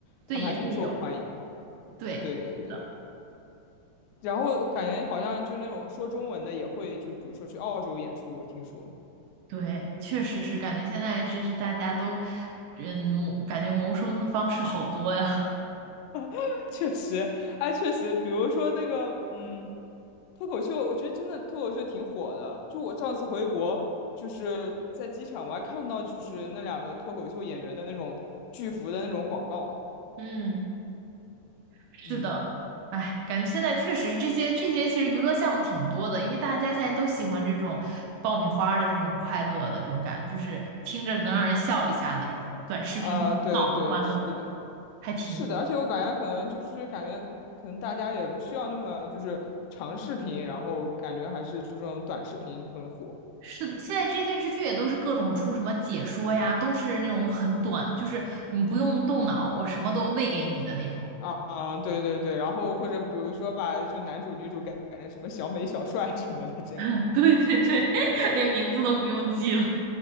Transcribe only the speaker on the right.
对，
也会有，对，
是的，
对，确实是感觉现在就是大家都，嗯，谋感觉谋生的方式好多呀，
<laughs> 嗯。是的，
哎，感觉现在确实是这些这些，其实娱乐项目挺多的，因为大家现在都喜欢这种爆米花儿的这种快乐的这种感觉，就是听着能让人笑一下的这种短视频脑的欢乐，
还挺多。
是的，现在这些电视剧也都是各种出什么解说呀，都是那种很短，就是你不用动脑，我什么都喂给你的那种。
<laughs> 对对对，<laughs> 连名字都不用记了，